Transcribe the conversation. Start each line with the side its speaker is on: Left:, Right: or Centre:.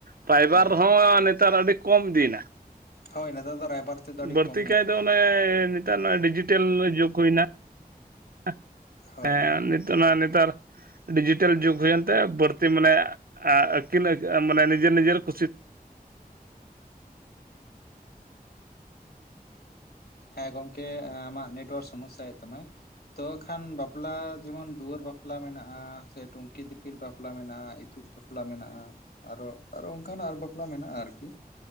Right: ᱯᱷᱟᱭᱵᱟᱨ
Left: ᱦᱳᱭ
Right: ᱦᱚᱸ ᱱᱮᱛᱟᱨ ᱟᱹᱰᱤ ᱠᱚᱢ ᱤᱫᱤᱱᱟ।
Left: ᱦᱳᱭ ᱱᱮᱛᱟᱨ ᱫᱚ ᱨᱟᱭᱵᱟᱨ ᱛᱮᱫᱚ
Right: <unintelligible>
Left: ᱟᱹᱰᱤ ᱠᱚᱢ ᱧᱮᱞᱚᱜ ᱠᱟᱱᱟ
Right: <unintelligible>
Left: ᱦᱳᱭ
Right: ᱱᱤᱛᱚᱜ ᱚᱱᱟ ᱱᱮᱛᱟᱨ ᱰᱤᱡᱤᱴᱟᱞ ᱡᱩᱜᱽ ᱦᱩᱭ ᱮᱱᱛᱮ ᱵᱟᱹᱲᱛᱤ ᱢᱟᱱᱮ ᱮᱸ ᱟᱹᱠᱤᱱ <unintelligible> ᱢᱟᱱᱮ ᱱᱤᱡᱮᱨ ᱱᱤᱡᱮᱨ ᱠᱷᱩᱥᱤ
Left: ᱦᱮᱸ ᱜᱚᱢᱠᱮ ᱟᱢᱟᱜ ᱱᱮᱴᱳᱣᱟᱨᱠ ᱥᱚᱢᱚᱥᱟ ᱭᱮᱜ ᱛᱟᱢᱟᱭ᱾ ᱛᱚ ᱠᱷᱟᱱ ᱵᱟᱯᱞᱟ ᱡᱮᱢᱚᱱ ᱫᱩᱣᱟᱹᱨ ᱵᱟᱯᱞᱟ ᱢᱮᱱᱟᱜᱼᱟ ᱥᱮ ᱴᱩᱝᱠᱤ ᱫᱤᱯᱤᱞ ᱵᱟᱯᱞᱟ ᱢᱮᱱᱟᱜᱼᱟ ᱤᱛᱩᱫ ᱵᱟᱯᱞᱟ ᱢᱮᱱᱟᱜᱼᱟ ᱟᱨᱚ ᱟᱨᱚ ᱚᱱᱠᱟᱱᱟᱜ ᱟᱨ ᱵᱟᱯᱞᱟ ᱢᱮᱱᱟᱜᱼᱟ ᱟᱨᱜᱤ